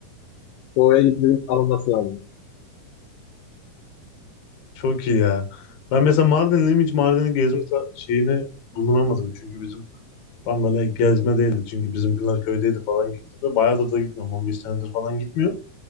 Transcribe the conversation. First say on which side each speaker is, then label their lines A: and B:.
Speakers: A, on the left; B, on the left.
A: Oraya gidip alınması lazım.
B: Çok iyi ya. Ben mesela Mardinliyim hiç Mardin'in gezme ta- şeyine bulunamadım. Çünkü bizim Tam böyle gezme değildi çünkü bizimkiler köydeydi falan gittim. Ve bayağıdır da gitmiyorum. on bir senedir falan gitmiyorum.